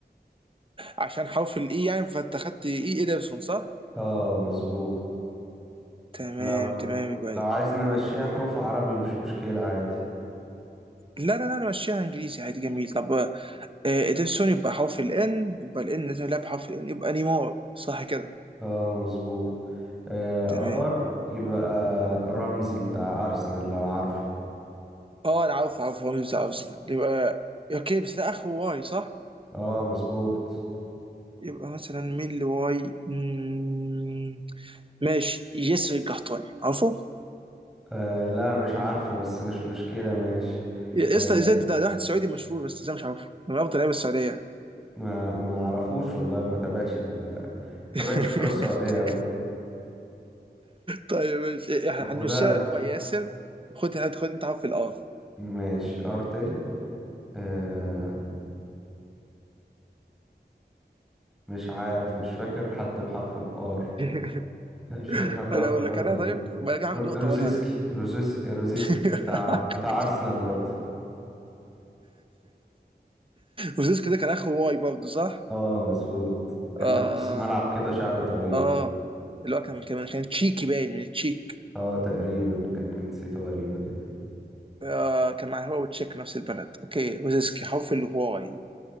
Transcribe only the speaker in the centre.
اه مظبوط
لو
لو عايز نمشيها حروف عربي مش مشكلة عادي
اه مظبوط آه
ار يبقى رمزي بتاع أرسنال لو عارفه
اه مظبوط
آه لا مش عارفه بس مش مشكلة ماشي
آه
ما ما اعرفوش والله ما تابعتش ال... ما
تابعتش الكرة السعودية قوي
طب وده
ماشي ار تاني آه مش عارف مش فاكر حد بحرف الار
مش <laughs> فاكر حد بحرف
الار
تاني
رو-
روزيسكي
روزيسكي روزيسكي
بتاع بتاع ارسنال برضه
اه مظبوط كان
لاعب نص ملعب كده شعره طويل
اه تقريبا كان جنسيته غريبة كده